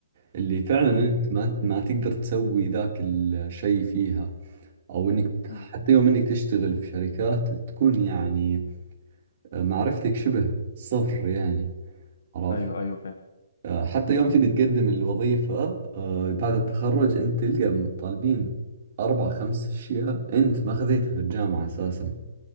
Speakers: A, on the right (about 45°); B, on the left (about 65°).
A: اللي فعلا
B: اه
A: انت ما ما تقدر تسوي ذاك الشيء فيها او انك
B: مم.
A: حتى يوم انك تشتغل في شركات تكون يعني آه، معرفتك شبه صفر يعني عرفت
B: ايوه ايوه فاهم
A: آه، حتى يوم تبي تقدم الوظيفة آه، بعد التخرج انت تلقى طالبين اربع خمس اشياء انت ما خذيتها في الجامعة اساسا